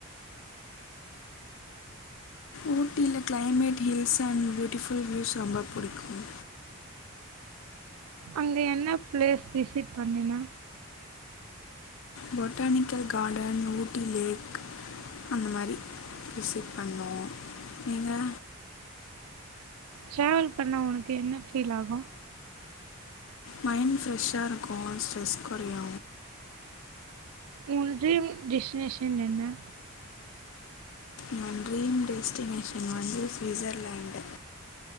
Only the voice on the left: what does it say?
ஊட்டில climate hills and beautiful views ரொம்ப பிடிக்கும்
பொட்டானிக்கல் காடன் ஊட்டி லேக் அந்த மாரி விசிட் பண்ணோ நீங்கா
மைண்ட் ஃப்ரெஷ்ஷா இருக்கூ ஸ்ட்ரெஸ் கொறையு
நான் ட்ரீம் டெஸ்டினேஷன் வந்து Switzerland